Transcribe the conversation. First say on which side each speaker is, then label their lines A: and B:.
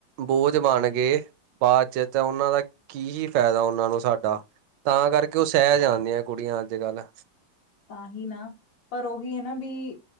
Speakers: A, on the right; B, on the left.
A: ਬੋਝ ਬਣ ਗਏ ਬਾਅਦ ਚ ਤਾਂ ਉਹਨਾਂ ਦਾ ਕੀ ਫਾਇਦਾ ਉਹਨਾਂ ਨੂੰ ਸਾਡਾ। ਤਾਂ ਕਰਕੇ ਓ ਸੈ ਜਾਂਦੀਆਂ ਕੁੜੀਆਂ ਆੱਜ-ਕਾੱਲ।
B: ਤਾਂ ਹੀ ਨਾ, ਪਰ ਓਹੀ ਆ ਨਾ ਬੀ